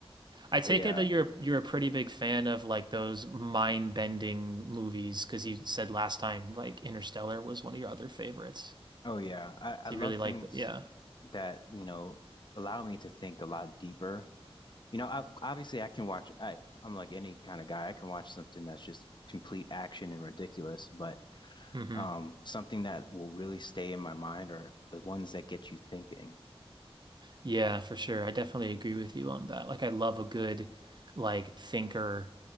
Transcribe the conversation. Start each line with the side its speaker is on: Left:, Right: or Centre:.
Right: I take
Left: yeah.
Right: it that you're you're a pretty big fan of like those mind-bending movies because you said last time like Interstellar was one of your other favorites.
Left: Oh yeah, I
Right: So
Left: I love
Right: you really
Left: things
Right: like the, yeah.
Left: that you know allow me to think a lot deeper. You know, I, obviously I can watch I I'm like any kind of guy. I can watch something that's just complete action and ridiculous, but
Right: Mm-hmm.
Left: um something that will really stay in my mind are the ones that get you thinking.
Right: Yeah, for sure. I definitely agree with you on that. Like I love a good like thinker.